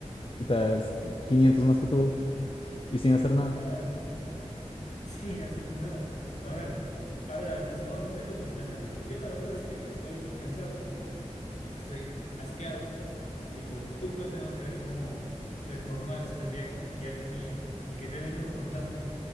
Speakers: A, on the left (about 45°); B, on the left (about 70°).
A: puta, 500 más que tú y sin hacer nada.
B: A ver, <laughs> sin hacer nada. A ver, a ver, a ver, nos estamos desviando completamente. Yo la verdad es que estoy cansado Estoy asqueado y por tu culpa tengo que ver cómo reformar este viaje que ya tenía y que te he venido contando